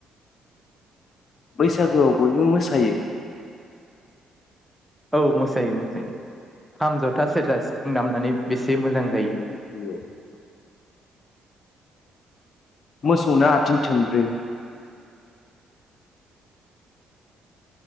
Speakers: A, on the left (about 50°); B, in the centre.
A: बैसागोआव बयबो मोसायो।
B: औ मोसायो मोसायो खाम जथा सेरजा सिफुं दामनानै बेसे मोजां जायो।
A: <unintelligible> मोसौना आथिं थोंब्रै।